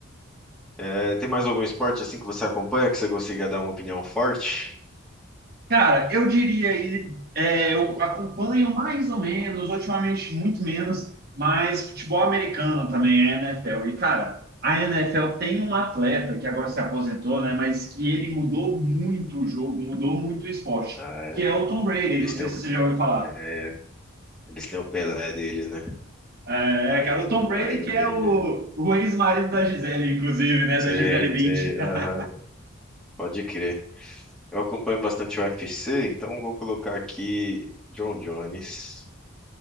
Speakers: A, in the centre; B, on the right (about 50°).
A: É, tem mais algum esporte assim que você acompanha que você consiga dar uma opinião forte?
B: Cara, eu diria aí, é, eu acompanho mais ou menos, ultimamente muito menos, mas futebol americano também, é NFL. E, cara, a NFL tem um atleta que agora se aposentou, né? Mas que ele mudou muito o jogo, mudou muito o esporte,
A: Ah,
B: que é o Tom Brady.
A: Eles
B: Não sei
A: têm o,
B: se você já ouviu falar.
A: é, eles têm o Pelé deles, né?
B: É,
A: Aí
B: é, cara, o
A: não,
B: Tom Brady,
A: aí não
B: que
A: tem
B: é o,
A: jeito.
B: o ex-marido da Gisele, inclusive, né?
A: Sei,
B: Da Gisele Bündchen.
A: sei,
B: <laughs>
A: aham, pode crer. Eu acompanho bastante o U f c então vou colocar aqui John Jones